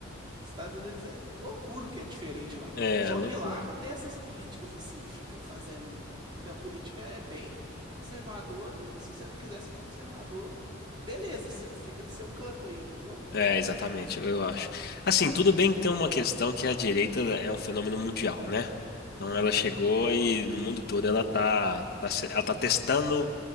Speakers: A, on the right (about 25°); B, on the left (about 50°).
A: Estados Unidos é loucura o que é diferente lá.
B: É,
A: Só
B: loucura.
A: que lá não tem essas políticas assim que fica fazendo. entendeu? A política é bem conservadora e se você não quiser ser conservador, beleza, você fica do seu canto aí, entendeu?
B: É, exatamente, eu eu acho. Assim, tudo bem que tem uma questão que a direita é um fenômeno mundial, né? Então ela
A: Uhum,
B: chegou e no mundo todo ela tá, tá, se- ela tá testando